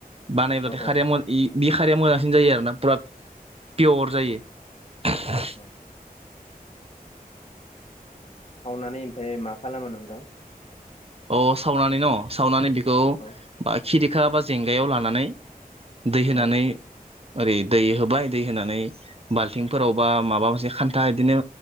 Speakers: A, on the right; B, on the left.
A: बानायोब्लाथाय
B: औ
A: खारैया म इ बि खारैया मोजांसिन जायो आरोना फुरा पियर जायो <unintelligible>
B: औ खावनानै ओमफ्राय मा खालामो नोंथां?
A: अ सावनानै न' सावनानै बिख
B: औ
A: खिरिखा एबा जेंगायाव लानानै दै होनानै
B: औ
A: ओरै दै होबाय दै होनानै बाल्थिंफोराव बा माबा मोनसे खान्था बिदिनो